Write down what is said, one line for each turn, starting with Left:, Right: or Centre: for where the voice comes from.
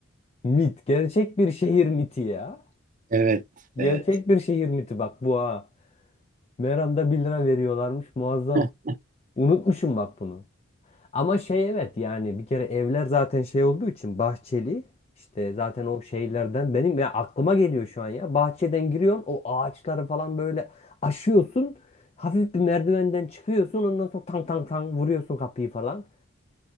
Left: Mit. Gerçek bir şehir miti ya.
Right: Evet,
Left: Gerçek
Right: evet.
Left: bir şehir miti bak bu ha. Meram'da bir lira veriyorlarmış muazzam.
Right: <laughs>
Left: Unutmuşum bak bunu. Ama şey evet yani bir kere evler zaten şey olduğu için bahçeli. işte zaten o şeylerden benim ya aklıma geliyor şu an ya. Bahçeden giriyorsun o ağaçları falan böyle aşıyorsun. Hafif bir merdivenden çıkıyorsun ondan sonra tang tang tang vuruyorsun kapıyı falan.